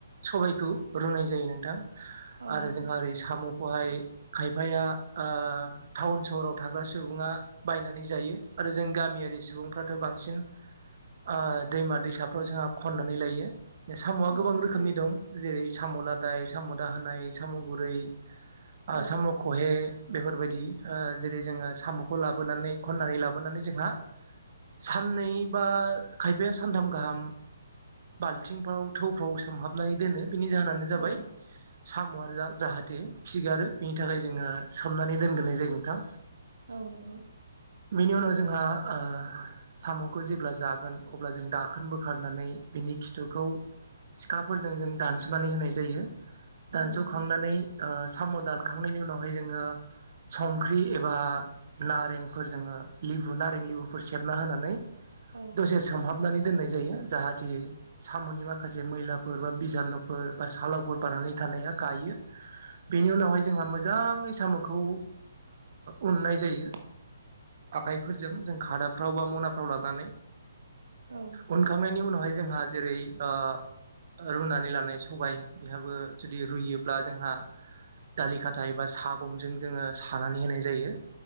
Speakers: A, on the right (about 45°); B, on the right (about 65°).
A: सबायखौ रुनाय जायो नोंथां।
B: औ
A: आरो
B: नंगौ
A: जोंहा ओरै साम'खौहाय खायफाया ओ टाउन सहराव थाग्रा सुबुङा बायनानै जायो आरो जों गामियारि सुबुंफ्राथ' बांसिन ओ दैमा दैसाफ्राव जोंहा खननानै लायो। साम'आ
B: औ
A: गोबां
B: नंगौ
A: रोखोमनि दं जेरै साम' लादाय, साम' दाहोनाय, साम' गुरै, ओ
B: औ
A: साम' ख'हे बेफोरबायदि ओ जेरै जोङो साम'खौ लाबोनानै खननानै लाबोनानै जोंहा साननै बा खायफाया सानथाम गाहाम बाल्थिंफ्राव थौफ्राव सोमहाबनानै दोनो। बिनि जाहोनानो जाबाय
B: औ
A: साम'आ जाहाथे खिगारो बिनि थाखाय जोङो सोमनानै दोनग्रोनाय जायो नोंथां।
B: औ नंगौ।
A: बेनि उनाव जोंहा ओ साम'खौ जेब्ला जागोन अब्ला जों दाखोन बोखारनानै बिनि खिथुखौ सिखाफोरजों जों दानस'नानै होनाय जायो। दानस'खांनानै
B: औ नंगौ
A: ओ साम' दानखांनायनि उनावहाय जोङो संख्रि एबा नारेंफोरजों लेबु नारें लेबुफोर सेबना होनानै
B: औ
A: दसे सोमहाबनानै दोननाय जायो जाहाथे साम'नि माखासे मैलाफोर बा बिजानुफोर बा सालावफोर बानानै था नाया गायो बेनि
B: औ
A: उनावहाय जोंहा मोजांयै साम'खौ ओ उननाय जायो। आखाइफोरजों जों खादाफ्राव बा मनाफ्राव लानानै
B: औ
A: उनखांनायनि उनावहाय जोंहा जेरै- ओ रुनानै लानाय सबाय बेहाबो जुदि रुयोब्ला जोंहा दालि खाथाय बा सा गंजों जोङो सानानै होनाय जायो